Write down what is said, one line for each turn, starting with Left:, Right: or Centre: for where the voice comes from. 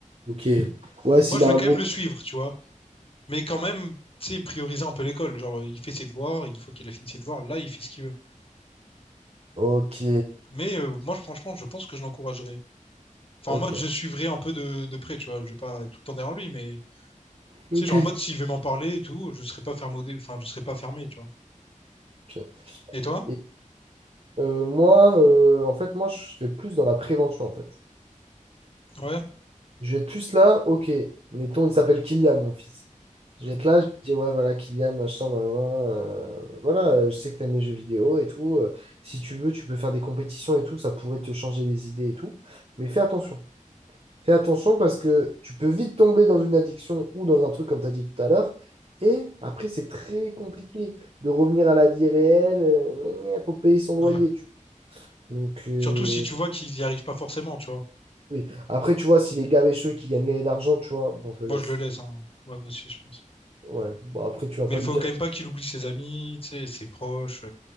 Right: Ok. Ouais, s'il
Left: Moi, je
Right: a
Left: vais
Right: un
Left: quand
Right: bon.
Left: même le suivre, tu vois. Mais quand même, tu sais, prioriser un peu l'école. Genre, il fait ses devoirs, et une fois qu'il a fini ses devoirs, là, il fait ce qu'il veut.
Right: Ok.
Left: Mais euh, moi, franchement, je pense que je l'encouragerais. Enfin,
Right: Ok.
Left: en mode, je suivrai un peu de, de près, tu vois. Je vais pas être tout le temps derrière lui, mais
Right: Ok.
Left: tu sais, genre en mode, s'il veut m'en parler et tout, je serai pas fermé, au dé- enfin, je serai pas fermé, tu vois.
Right: Ok.
Left: Et toi?
Right: Et, euh, moi, euh, en fait, moi, je serais plus dans la prévention, en fait.
Left: Ouais.
Right: Je vais être plus là, ok, mettons, il s'appelle Kylian, mon fils.
Left: Mhm.
Right: Je vais être là, je vais dire, ouais, voilà, Kylian, machin, blablabla, euh, voilà, euh, je sais que t'aimes mes jeux vidéo et tout. euh, si tu veux, tu peux faire des compétitions et tout, ça pourrait te changer les idées et tout. Mais fais attention. Fais attention parce que tu peux vite tomber dans une addiction ou dans un truc, comme tu as dit tout à l'heure. Et après, c'est très compliqué de revenir à la vie réelle. Il faut payer son loyer.
Left: Ouais.
Right: Donc, euh,
Left: Surtout si tu vois qu'il y arrive pas forcément, tu vois.
Right: oui. Après, tu vois, si les gars avaient chaud et qu'ils gagnent gagner d'argent, tu vois, bon, je le
Left: Moi,
Right: laisse.
Left: je le laisse, hein. Ouais, moi aussi, je pense.
Right: Ouais. Bon, après, tu vas
Left: Mais
Right: pas
Left: il faut
Right: lui dire.
Left: quand même pas qu'il oublie ses amis, tu sais, ses proches.